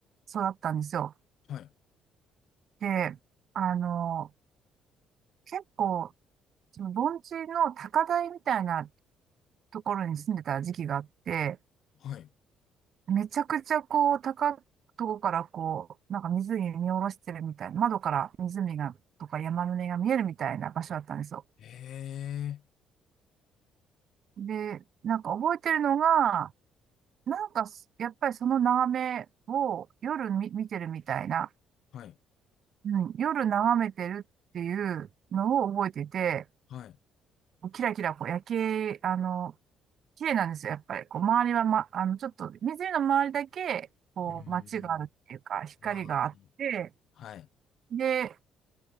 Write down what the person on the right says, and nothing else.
育ったんですよ。
で、あの、結構、その盆地の高台みたいなところに住んでた時期があって、
めちゃくちゃこう、高いとこからこう、なんか湖見下ろしてるみたいな、窓から湖が、とか山の根が見えるみたいな場所だったんですよ。
で、なんか覚えてるのが、なんかすやっぱりその眺めを夜み見てるみたいな、
うん、夜眺めてるっていうのを覚えてて、
キラキラこう夜景、あの、綺麗なんですよ、やっぱり。こう、周りは、ま、あの、ちょっと、湖の周りだけ、こう、
街があるっていうか、光があって、
で、